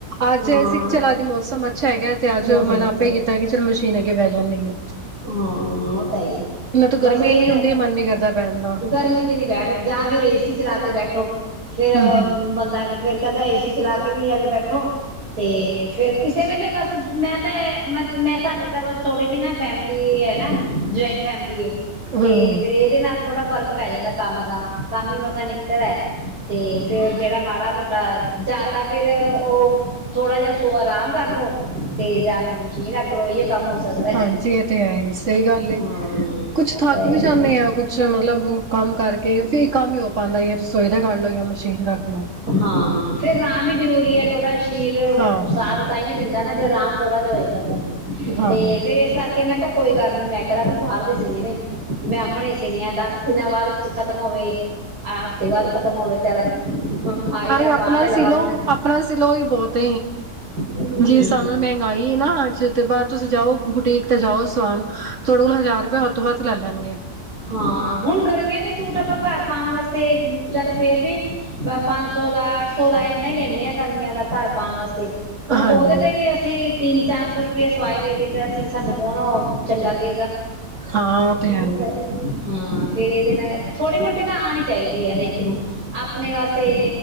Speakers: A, on the right; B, on the right.
A: ਅੱਜ
B: ਹਾਂ
A: ਇਹ ਸੀ ਕਿ ਚੱਲ ਅੱਜ ਮੌਸਮ ਅੱਛਾ ਹੈਗਾ ਤੇ ਅੱਜ
B: ਮੌਸਮ
A: ਮਨ
B: ਚ
A: ਆਪੇ ਹੀ ਕੀਤਾ ਕਿ ਚਲੋ ਮਸ਼ੀਨ ਗ ਬੈ ਜਾ ਨ
B: ਹਾਂ ਉਹ ਤਾਂ ਹੀ
A: ਇਹਨਾਂ ਤਾਂ
B: ਬਸ
A: ਗਰਮੀ
B: ਉਹੀ
A: ਇਨੀ
B: ਹੈ
A: ਹੁੰਦੀ।
B: ਨਾ
A: ਮਨ ਨੀ ਕਰਦਾ ਪੈਣ ਦਾ।
B: ਗਰਮੀ ਚ ਨਹੀਂ ਬੈਠ ਜਾਂ ਫਿਰ ਏਸੀ ਚਲਾ ਕੇ ਬੈਠੋ। ਫੇਿਰ
A: ਹੂੰ
B: ਬੰਦਾ ਫੇਿਰ ਕਹਿੰਦਾ ਇਹਸੀ ਚਲਾ ਕੇ ਵੀ ਆਵੇਂ ਬੈਠੋ ਤੇ। ਫੇਿਰ ਕਿਸੇ ਵੇਲੇ ਬਸ ਮੈਂ ਤਾਂ ਮ ਮੈਂ ਸਾਡੇ ਤਾਂ ਬਸ ਤੋਂੜੀ ਜਿਨਾ ਤੇ ਐਨਾ ਨਾ ਜੁਆਇੰਟ ਫੈਮਿਲੀ ਤੇ
A: ਹੂੰ,
B: ਫੇਰ ਇਹਦੇ ਨਾਲ ਥੋੜਾ ਫ਼ਰਕ ਪੈ ਜਾਂਦਾ ਕੰਮ ਦਾ। ਕੰਮ ਹੀ ਮਸ ਨਿਕਟਦਾ ਤੇ ਫੇਰ ਜਿਹੜਾ ਮਾੜਾ ਮੋਟਾ ਜਾਤ ਤਾਂ ਫੇਰ ਉਹ ਥੋੜਾ ਜਿਹਾ ਸ ਆਰਾਮ ਕਰਲੋ ਤੇ। ਜਾਂ ਫਿਰ ਮਸ਼ੀਨ ਰੱਖ ਆਪੋਹੀ ਕੰਮ ਹੋ ਸਕਦਾ।
A: ਹਾਂਜੀ ਤੇ ਹੈ ਹੀ ਸਹੀ ਗੱਲ,
B: ਹਮ
A: ਕੁੱਛ
B: ਉਹ
A: ਥੱਕ
B: ਤਾਂ ਹੈ
A: ਵੀ ਜਾਂਦੇ ਆਾਂ ਕੁੱਛ ਮਤਲਬ ਕੰਮ ਕਰ ਕਰਕੇ ਫੇਰ ਕੰਮ ਹੀ ਹੋ ਪਾਉਂਦਾ ਰਸੋਈ ਦਾ ਕਰ ਲ ਲੋ ਜਾਂ ਮਸ਼ੀਨ ਦਾ ਕਰੋ।
B: ਹਾਂ ਫੇਿਰਾਮ ਵੀ ਜ਼ਰੂਰੀ ਹੈ ਥੋੜ੍ਹਾ ਸਰੀਰ
A: ਹਾਂ
B: ਸਾਦ ਤਾਂਓ ਦਿੰਦਾ ਨਾ ਤੇਰਾਮ ਥੋੜਾ ਜਿ ਹੋਏਗਾ ਤੇ
A: ਹਾਂ
B: ਤੇ
A: ਹਾਂ
B: ਫੇਿਰ ਇਸ ਕਰਕੇ ਮੈਂ ਕਿਹਾ ਕੋਈ ਗੱਲ ਨੀ ਮੈਂ ਕਿਹੜਾ ਵੀ ਬਾਹਰ ਦੇ ਸੀਨ ਨੇ ਮੈਂ ਆਪਣੇ ਸੀਨ ਆ ਦਸ ਦਿਨਾਂ ਬਾਅਦ ਖਤਮ ਹੋਵੇ ਆਹ ਹਫ਼ਤੇ ਬਾਅਦ ਖਤਮ ਹੋਵੇ ਚੱਲ ਪਾਈ ਤਾਂ
A: ਅਰੇ ਆਪਣਾ
B: ਪਾ ਤੇ ਲਵਾਂਗੀ
A: ਸਿਲੋ
B: ਨਾ
A: ਆਪਣਾ ਸਿਲਓ ਹੀ ਬਹੁਤ
B: ਹੂੰ
A: ਜੀ ਸਣੇ ਮਹਿੰਗਾਈ ਨਾ ਅੱਜ ਤੋਂ ਬਾਅਦ ਤੁਸੀਂ ਜਾਓ ਗੁਟੀਕ ਜਾਓ ਸਵ ਥੋੜੇ ਕੋਲ ਹਜ਼ਾਰ ਰੁਪ ਤ ਹੱਥ ਲੈ ਲੈਣਗੇ
B: ਹਾਂ ਹੁਣ ਗਰਮੀਆਂ ਦੇ ਸੂਟ ਆਪਾਂ ਘਰ ਪਾਉਣ ਵਾਸਤੇ ਚੱਲ ਫੇਰ ਵੀ ਪੰਜ ਸੌ ਦਾ ਅੱਠ ਸੌ ਦਾ ਹੀ ਲੈਂਦੇ ਆਾਂ ਗਰਮੀਆਂ ਦਾ ਘਰ ਪਾਉਣ ਵਾਸਤੇ ਹੁਣ
A: ਹਾਂਜੀ
B: ਉਹਦੇ ਤੇ ਵੀ ਅਸੀਂ ਤਿੰਨ ਚਾਰ ਸੌ ਰੁਪਆ ਸਵਾਏ ਦੇ ਦਿੱਤੇ ਅਸੀਂ ਸਾਨੂੰ ਕਣ ਚੰਗਾ ਕਹੇਗਾ
A: ਹਾਂ ਉਹ ਤੇ
B: ਹੋ
A: ਹੈ ਹੀ
B: ਹਾਂ ਫੇਰ ਇਹਦੇ ਨਾਲ ਥੋੜੇ ਮੋਟੇ ਤਾਂ ਆਣੀ ਚਾਹੀਦੀ ਹੈ ਇੱਕ ਨੂੰ ਆਪਣੇ ਵਾਸਤੇ